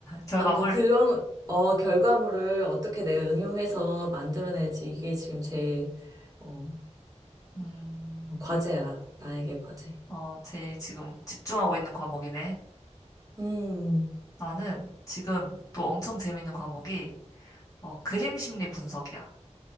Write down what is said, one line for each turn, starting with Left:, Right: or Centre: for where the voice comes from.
Left: 결과물?
Right: 아무튼 그런, 어, 결과물을 어떻게 내가 응용해서 만들어내지. 이게 지금 제일, 어,
Left: 음,
Right: 어, 과제야. 나에게 과제.
Left: 어, 제일 지금 집중하고 있는 과목이네.
Right: 음,
Left: 나는 지금 또 엄청 재밌는 과목이, 어, 그림 심리 분석이야.